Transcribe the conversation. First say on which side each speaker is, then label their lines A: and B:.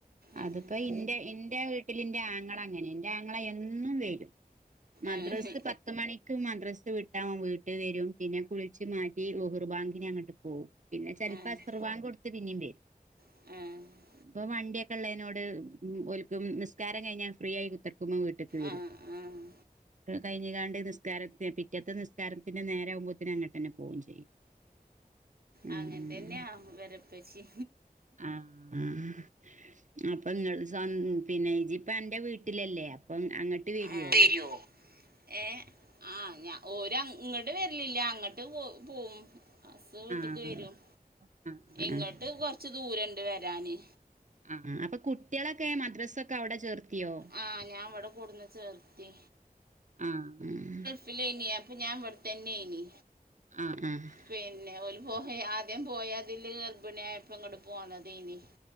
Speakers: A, on the right (about 80°); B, on the right (about 55°).
A: അങ്ങനെ
B: അത്പ്പോ ഇന്റെ ഇന്റെ വീ ട്ടിലിന്റെ ആങ്ങള അങ്ങനെ. ന്റെ ആങ്ങള എന്നും വരും. മദ്രസ്
A: ഏഹ്
B: പത്ത് മണി ക്ക് മദ്രസ് വിട്ട ഓൻ വീട്ടി വരും. പിന്നെ കുൾച്ച്മാറ്റി ളുഹുർ ബാങ്കിന് അങ്ങട്ട് പോവും പിന്നെ ചെൽപ്പൊ
A: ആഹ്
B: അസർവാങ്കട്ത്ത് പിന്നിം വരും.
A: ആഹ്.
B: പ്പം വണ്ടിഒയൊക്കെ ള്ളേനോട് ഓൽക്ക്‌ നിസ്കാരം കഴിഞ്ഞാ ഫ്രീയായി കുത്തർ ക്കുമ്പം വീട്ട്ക്ക്‌ വരും.
A: ആഹ് ആഹ്
B: ട്ടത് കഴിഞ്ഞ്കാണ്ട് നിസ്കാരത്തി പിറ്റത്തെ നിസ്കാരത്തിന്റെ നേരാ വുമ്പോത്ത്ന് അങ്ങട്ടെന്നെ പോവും ചെയ്യും. ഉം
A: അങ്ങൻതന്യാവരപ്പച്ചി...
B: ആഹ് ആഹ് അപ്പൊ നിങ്ങള് സം. പിന്നെ ഇജ്ജ് ഇപ്പോ അന്റെ വീട്ടിലല്ലേ അപ്പം അങ്ങട്ട് വരുവോ
A: അതെയോ. ഏ ആ ഞാ ഓര് ഇങ്ങട്ട് വരലില്ല അങ്ങട്ട് പോ പോവും. ബസ് വീട്ട്ക്ക്
B: ആഹ്
A: വരും
B: ആഹ് ആഹ്
A: ഇങ്ങട്ട് കൊറച്ച് ദൂരണ്ട് വരാന്.
B: ആ അപ്പ കുട്ടി. കുട്ട്യാളൊക്കെ മദ്രസൊക്കെ അവിടെ ചേർത്തിയോ?
A: ആഹ് ഞാൻ ഇവിടെ കൊടുന്ന് ചേർത്തി
B: ആഹ് ആഹ്
A: ഫിലേനി അപ്പ ഞാൻവട്ത്തന്നേനി
B: ആ ആഹ്.
A: പിന്നെ ഓല് പോകെ ആദ്യം പോയ അതില് ഗർഭിണിയായപ്പം ഇങ്ങട്ട് പോന്നതേനി.